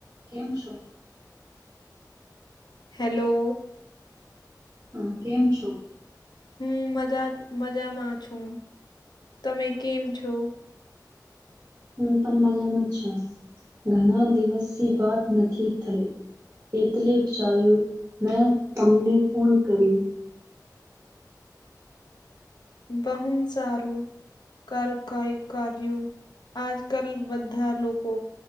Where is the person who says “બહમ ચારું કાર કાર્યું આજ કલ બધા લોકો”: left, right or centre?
Left